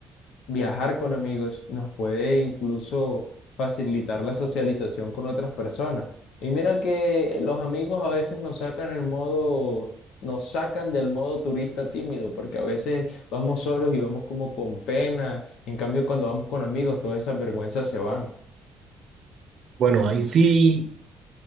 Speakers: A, on the left (about 80°); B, on the right (about 60°).
A: viajar con amigos, nos puede incluso facilitar la socialización con otras personas. Y mira que los amigos a veces nos sacan el modo, nos sacan del modo turista tímido, porque a veces vamos solos y vamos como con pena. En cambio, cuando vamos con amigos, todas esas vergüenzas se van.
B: Bueno, ahí sí,